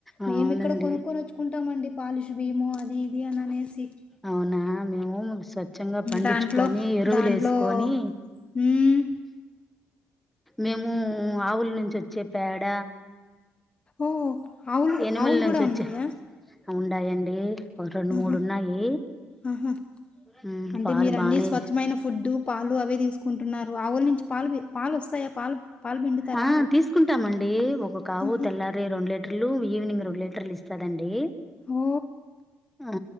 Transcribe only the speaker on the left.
మేము ఇక్కడ కొనుక్కొని వచ్చుకుంటామ అండి పాలిష్ బీమో అ ది ఇది అనేసి
దాంట్లో
దాంట్లో
హ్మ్.
ఓహో ఆవులు
ఆవులు
కూడా
ఉన్నాయా
ఆహా!
ఆహా
అంటే
మీరు
అన్ని స్వచ్ఛమైన ఫుడ్డు పాలు అవి తీసుకు కొంటున్నారు ఆవుల నుంచి పాలు పాలు వస్తాయా పాలు పిండుతారా?
ఆహా!
ఓ